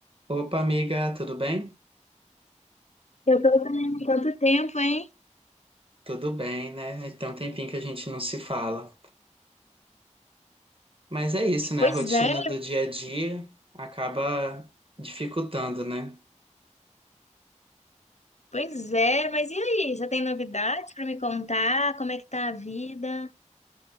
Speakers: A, on the right (about 45°); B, on the left (about 65°).
A: Opa, amiga, tudo bem?
B: Eu tô bem, quanto tempo, hein?
A: Tudo bem, né? Tem um tempinho que a gente não se fala. Mas é isso, né?
B: Pois
A: A rotina
B: é,
A: do dia a dia acaba dificultando, né?
B: pois é, mas e aí? Você tem novidades pra me contar? Como é que tá a vida?